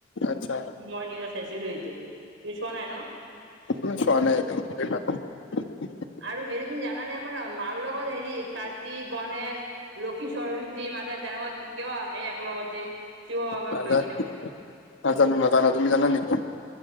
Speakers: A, on the left; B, on the right.
A: আচ্ছা
B: মই নিউজত চাইছিলো এইটো। তুমি চোৱা নাই ন?
A: মই চোৱা নাই একদম <unintelligible>
B: আৰু হেৰি তুমি জানেনে আমাৰ মাৰ লগত হেৰি তাত তী, গণেশ, লক্ষী, সৰস্বতী মাতাই তেনেকুৱা কিয় আহে একলগতে? শিৱ বাবাক
A: নাজা
B: লাগি ন?
A: নাজানো নজানো তুমি জানা নে কিয়?